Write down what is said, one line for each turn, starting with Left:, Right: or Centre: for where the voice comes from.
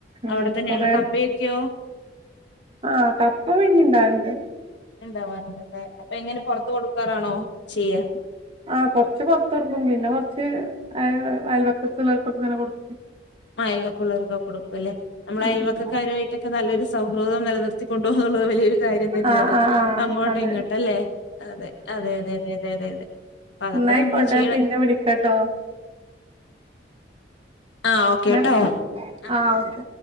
Right: ഉം
Left: അവിടെ തന്നെയുള്ള
Right: കൊറേ
Left: കപ്പയൊക്കെയോ
Right: ആ കപ്പ പിന്നിം ഇണ്ടാകൽ ഇണ്ട്
Left: ഇണ്ടാവാർ ഇണ്ട് അല്ലെ അപ്പ എങ്ങനെ പൊറത്ത് കൊട്ക്കാറാണോ ചെയ്യാ
Right: ആ കൊറച്ച് പെറത്ത്കൊട്ക്കും പിന്നെ കൊറച്ച് അയ അയൽവാക്ക പില്ലേർക്കൊക്കെ ഇങ്ങനെ കൊട്
Left: ആ അയൽവക്കം ഉള്ളോർക്കൊക്കെ കൊടുക്കും അല്ലേ നമ്മൾ
Right: ഉം
Left: അയൽവാക്കാരുവായിട്ടൊക്കെ
Right: ഉം
Left: നല്ലൊരു സ സൗഹൃദം നെലനിർത്തി കൊണ്ടോവാന്നുള്ളത് വലിയൊര് കാര്യം തന്നെയാണ്
Right: ആഹ് ആഹ് ആഹ്
Left: അങ്ങോട്ടും
Right: അതെ
Left: ഇങ്ങോട്ടും അല്ലേ അതെ അതെ അതെ അതെ അതെ അതെ അതെ അപ്പൊ അതൊക്കെ
Right: ഇന്നായിക്കോട്ടെ
Left: നമ്മള് ചെയ്യണം
Right: പിന്നെ വിളിക്കാട്ടോ
Left: ആ ഓക്കേട്ടോ
Right: എന്നാ
Left: അ
Right: ആഹ് ഓക്കെ